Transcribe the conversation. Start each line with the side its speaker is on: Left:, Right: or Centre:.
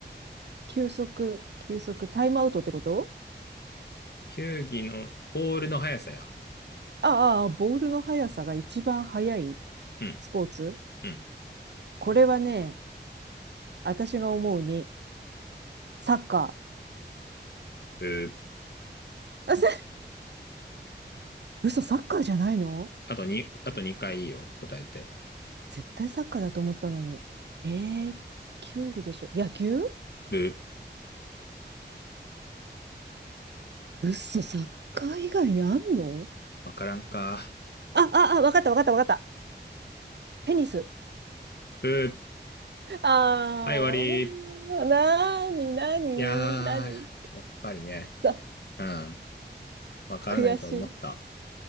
Right: 球速、球速、タイムアウトってこと
Left: 球技のボールの速さや。
Right: ああ、ああボールの速さが一番速い
Left: うん、
Right: スポーツ
Left: うん。
Right: これはね、私が思うに、サッカ
Left: ブー。
Right: ー。<laughs> あせ嘘、サッカーじゃないの
Left: あとに、あと2回いいいよ、答えて。
Right: 絶対サッカーだと思ったのに。えー球技でしょ。野球
Left: ブー。
Right: 嘘、サッカー以外にあんの
Left: わからんか。
Right: あ、あ、あ、わかったわかったわかった。テニス。
Left: ブー。
Right: あ
Left: はい、終わり。
Right: ー、なーになになに
Left: いやー、やっぱりね、
Right: だ、
Left: うん、わからないと思った。
Right: 悔しい。